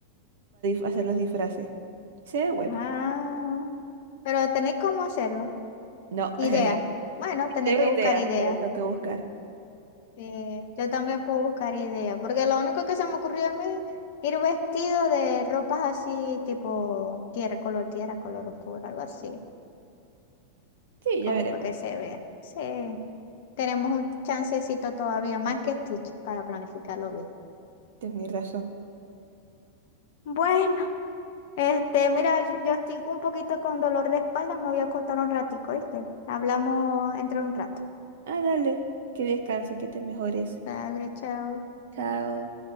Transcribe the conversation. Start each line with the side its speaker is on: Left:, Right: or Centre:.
Right: hacer los disfraces. Se ve bueno.
Left: Ah, pero tenéis cómo hacerlo.
Right: No,
Left: Idea.
Right: <laughs>
Left: Bueno, tenéis
Right: tengo
Left: que
Right: ideas,
Left: buscar ideas.
Right: pero tengo que buscar.
Left: Eh, yo también puedo buscar ideas, porque lo único que se me ocurrió a mí, ir vestido de ropas así, tipo tierra, color tierra, color oscuro, algo así,
Right: Sí,
Left: como
Right: ya veremos.
Left: para que se vea. Sí, tenemos un chancecito todavía, más que Stitch, para planificarlo bien.
Right: Tenés razón.
Left: Bueno. Este, mira, yo yo estoy un poquito con dolor de espalda, me voy a acostar un ratico, ¿viste? Hablamos entre un rato.
Right: Ah, dale. Que descanses, que te mejores.
Left: Dale, chao.
Right: Chao.